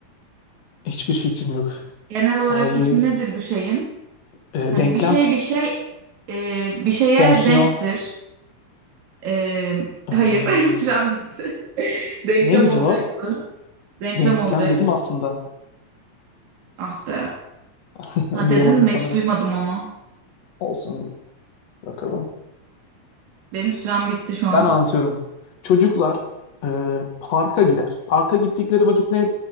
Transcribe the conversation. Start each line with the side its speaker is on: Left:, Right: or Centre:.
Left: hiçbir fikrim yok.
Right: Genel olarak
Left: Arızalı.
Right: ismi nedir bu şeyin?
Left: Ee,
Right: Hani
Left: denklem.
Right: bir şey bir şey e, bir şeye
Left: Fonksiyon.
Right: denktir. Ee,
Left: Ehm,
Right: hayır, <laughs> sürem bitti. Denklem
Left: neydi
Right: olacaktı.
Left: cevap?
Right: Denklem
Left: Denklem
Right: olacaktı.
Left: dedim aslında.
Right: Ah be.
Left: <laughs>
Right: Ha dedin
Left: Duyamadım
Right: mi?
Left: sanırım.
Right: Hiç duymadım onu.
Left: Olsun bakalım.
Right: Benim sürem bitti şu an.
Left: Ben anlatıyorum. Çocuklar e, parka gider. Parka gittikleri vakit ne,